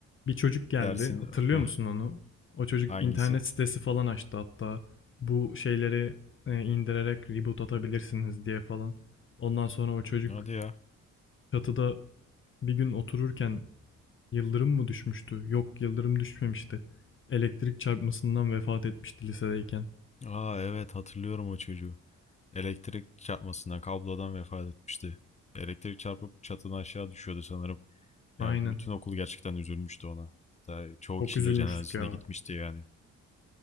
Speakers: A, on the left; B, on the left.
A: bir çocuk geldi.
B: dersin
A: Hatırlıyor
B: Heh,
A: musun onu? O çocuk
B: hangisi?
A: internet sitesi falan açtı hatta. Bu şeyleri e, indirerek reboot atabilirsiniz diye falan. Ondan sonra o çocuk
B: Hadi ya.
A: çatıda bir gün otururken Yıldırım mı düşmüştü? Yok, yıldırım düşmemişti. Elektrik çarpmasından vefat etmişti lisedeyken.
B: Aa evet hatırlıyorum o çocuğu. Elektrik çarpmasından, kablodan vefat etmişti. Elektrik çarpıp çatıdan aşağı düşüyordu sanırım. Ya
A: Aynen.
B: bütün okul gerçekten üzülmüştü ona. Hatta çoğu
A: Çok
B: kişi
A: üzülmüştük
B: de cenazesine
A: ya.
B: gitmişti yani.